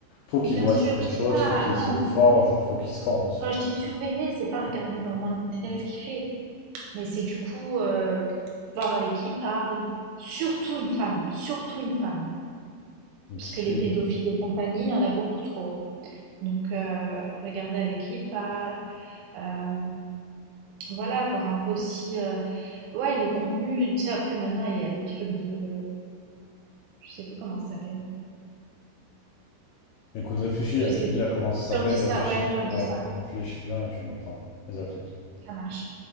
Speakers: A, on the left; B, on the right.
A: Faut qu'il
B: Bien
A: voit
B: sûr,
A: certaines
B: je
A: choses,
B: dis pas.
A: faut qu'il
B: Non,
A: se forge, faut qu'il se forme aussi,
B: quand
A: tu
B: je
A: vois.
B: dis surveiller, c'est pas regarder dans le moindre détail ce qu'il fait, mais c'est du coup euh, voir avec qui il parle. Surtout une femme, surtout une femme,
A: Une
B: parce
A: petite
B: que
A: fille.
B: les pédophiles et compagnie, il y en a beaucoup trop. Donc, euh, regarder avec qui il parle. euh, voilà, voir un peu aussi. euh, Ouais, le contenu, tu sais, après maintenant, il y a le truc de... Je sais plus comment ça s'appelle.
A: Écoute, réfléchis,
B: Je
A: là, tu
B: sais
A: me
B: plus.
A: dis à comment ça
B: Je
A: s'appelle,
B: te redis ça.
A: réfléchis.
B: Ouais, je te redis
A: Ouais,
B: ça.
A: réfléchis bien et tu me reparles. Vas-y, à tout.
B: Ça marche.